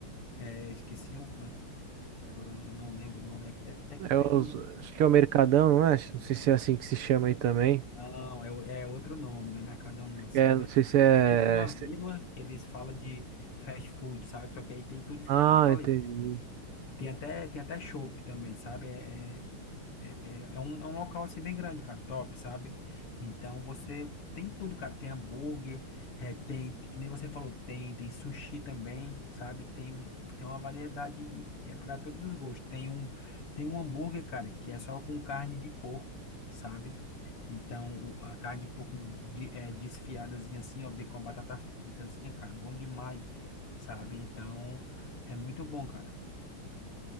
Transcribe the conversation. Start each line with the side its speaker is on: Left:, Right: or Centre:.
Left: É, eu esqueci um, como é que é agora eu não eu não lembro o nome aqui. É aqui
Right: É
Left: pertinho
Right: os-
Left: de... casa
Right: acho que é o Mercadão, não é? Não sei se é assim que se chama aí também.
Left: Não, é, o- é outro nome, não é Mercadão não, sabe?
Right: É, não
Left: É
Right: sei
Left: tipo,
Right: se é.
Left: é tipo uma
Right: se-
Left: vila que eles falam de fast food, sabe? Só que aí tem tudo isso
Right: Ah,
Left: que eu te falei.
Right: entendi.
Left: Tem até, tem até chopp também, sabe? É, é, é um, é um local assim bem grande, cara, top, sabe? Então você tem tudo, cara. Tem hambúrguer, é, tem, que nem você falou, tem, tem sushi também, sabe? Tem, tem uma variedade e é para todos os gostos. Tem um, tem um hambúrguer, cara, que é só com carne de porco, sabe? Então o- a carne de porco de, é, desfiadazinha assim, ó, bem com a batata fritazinha, cara, bom demais, sabe? Então é muito bom, cara.